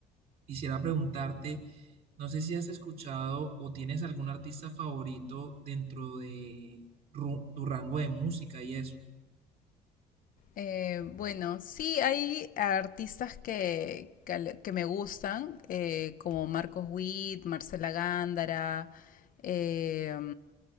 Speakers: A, on the right (about 60°); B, on the left (about 55°).
A: Quisiera preguntarte, no sé si has escuchado o tienes algún artista favorito dentro de ru- tu rango de música y eso.
B: Eh, bueno, sí, hay artistas que, que, al- que me gustan, eh, como Marcos Witt, Marcela Gándara, eh,